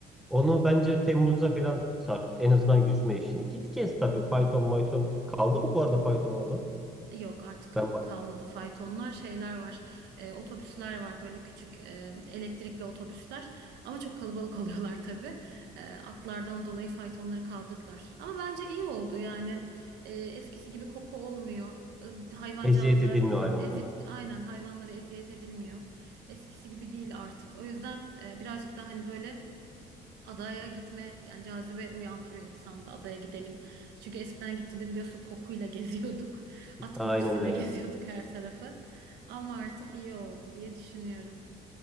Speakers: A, in the centre; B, on the right.
A: Onu bence Temmuz'a falan sarkıt. En azından yüzme işini. Git gez tabii. Fayton mayton. Kaldı mı bu arada fayton orada?
B: Yok artık
A: Ben bak.
B: kalmadı faytonlar şeyler var e, otobüsler var böyle küçük e, elektrikli otobüsler ama çok kalabalık <laughs> oluyorlar tabii E, atlardan dolayı faytonları kaldırdılar ama bence iyi oldu yani E, eskisi gibi koku olmuyor E, hayvancağızlar
A: Eziyet edilmiyor hayvanlara.
B: ezit aynen hayvanlara eziyet edilmiyor eskisi gibi değil artık o yüzden e, birazcık daha hani böyle Adaya gitme yani cazibe uyandırıyor insanda adaya gidelim. Çünkü eskiden gittiğinde biliyorsun kokuyla <laughs> geziyorduk. At
A: Aynen
B: kokusuyla
A: öyle.
B: <laughs> geziyorduk her tarafı. Ama artık iyi oldu diye düşünüyorum.